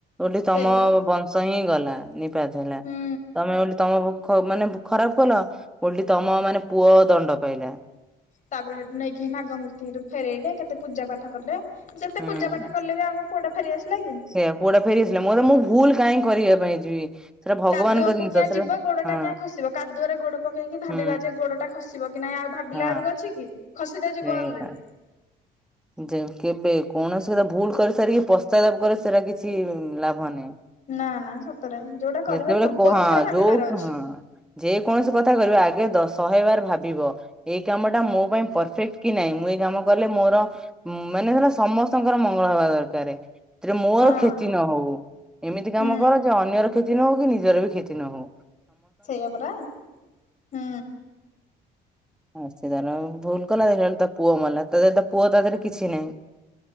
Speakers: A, in the centre; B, on the left.
A: ଓଲଟି
B: ସେଇଆ
A: ତମ
B: ପରା।
A: ବଂ ସ ହିଁ ଗଲା ନିପାତ ହେଲା,
B: ହୁଁ
A: ତମେ ବୋଲି ତମ ମାନେ ଖରାପ କଲ ଓଲଟି ତମ ମାନେ ପୁଅ ଦଣ୍ଡ ପାଇଲା।
B: ତାପରେ ସେଠୁ ନେଇକି ନାଗମୂର୍ତ୍ତି ସେଠୁ ଫେରାଇଲେ କେତେ ପୂଜା ପାଠ କଲେ। ଯେତେ
A: ହୁଁ
B: ପୂଜା ପାଠ କଲେ ବି ଆମ ପୁଅଟା ଫେରି ଆସିଲା କି।
A: ସେଇଆ ପୁଅଟା ଫେରି ଆସିଲା ମୋର ମୁଁ ଭୁଲ କାହିଁ କରିବା ପାଇଁ ଯିବି। ସେଟା ଭଗବାନଙ୍କ
B: କାଦୁଅକୁ
A: ଜିନିଷ
B: କିଁଆ
A: ସେଟା
B: ଯିବ ଗୋଡ
A: ହଁ
B: ଟା କିଁଆ ଖସିବ କାଦୁଅରେ ଗୋଡ ପକେଇକି ଭାବିବା
A: ହୁଁ
B: ଯେ ଗୋଡ଼ଟା ଖସିବ କି ନାଇଁ ଆଉ ଭାବିଲା
A: ହଁ
B: ବେଳକୁ ଅଛି କି ଖସିତ ଯିବ
A: ସେଇ
B: ଅଲରେଡି।
A: କଥା। ଯେ କେବେ କୌଣସି ର ଭୁଲ କରି ସାରିକି ପଶ୍ଚାତାପ କଲେ ସେଇଟା କିଛି ଲାଭ ନାହିଁ।
B: ନା ନା ସତରେ ଯୋଉଟା କରିବା
A: ଯେତେବେଳେ
B: ପୂର୍ବରୁ
A: କ ହଁ
B: ଥରେ ଭାବିବାର
A: ଯୋଉ
B: ଅଛି।
A: ହଁ ଯେ କୌଣସି କଥା କରିବ ଆଗେ ଦଶ ଶହେବାର ଭାବିବ। ଏଇ କାମ ଟା ମୋ ପାଇଁ ପରଫେକ୍ଟ କି ନାହିଁ ମୁଁ ଏଇ କାମ କଲେ ମୋର ଉଁ ମାନେ ସେଇଟା ସମସ୍ତଙ୍କର ମଙ୍ଗଳ ହବା ଦରକାର। ତିରେ ମୋର
B: ହଁ
A: କ୍ଷତି ନ ହଉ ଏମିତି
B: ହୁଁ
A: କାମ କର ଯେ ଅନ୍ୟର କ୍ଷତି ନ ହଉ କି ନିଜର ବି କ୍ଷତି ନହଉ।
B: ସେଇଆ ପରା ହୁଁ।
A: ଆ ସେ ତାର ଭୁଲ କଲା ଦେଖିଲାବେଳୁ ତା ପୁଅ ମଲା, ତା ତା ପୁଅ ତା ଦେହରେ କିଛି ନାହିଁ।